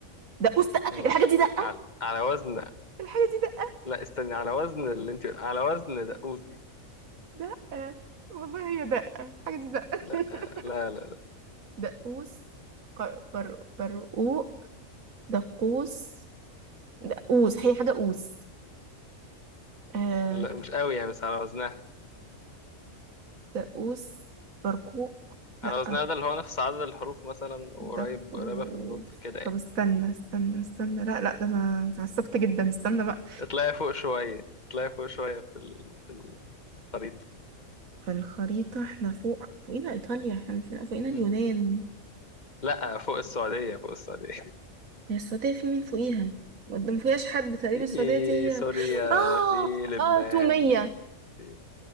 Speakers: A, on the right; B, on the left.
A: دقوس دقة
B: مم.
A: الحاجة دي دقة
B: على... على وزن
A: الحاجة دي دقة
B: لا استني على وزن اللي انت على وزن دقوس دي
A: دقة والله هي دقة الحاجة دي دقة
B: لا
A: <laughs>
B: آه، لا لا لا,
A: دقوس ق- بر... برقوق دقوس دقوس هي حاجة قوس آه
B: لا مش قوي يعني بس على وزنها
A: دقوس برقوق لأ
B: انا وزنها ده اللي هو نفس عدد الحروف مثلا
A: دقوس
B: قريب قريبة في النطق كده يعني
A: طب استنى استنى استنى لا لا ده انا اتعصبت جدا استنى بقى
B: اطلعي فوق شوية اطلعي فوق شوية في ال... في الخريطة
A: فالخريطة احنا فوق فوقينا ايطاليا احنا فوقينا, فوقينا اليونان
B: مم. لا فوق السعودية فوق السعودية
A: هي السعودية في مين فوقيها؟ ما ما فيهاش حد
B: <laughs>
A: تقريبا
B: في
A: السعودية دي هي
B: سوريا
A: <gasps> اه
B: في لبنان
A: اه تومية
B: في...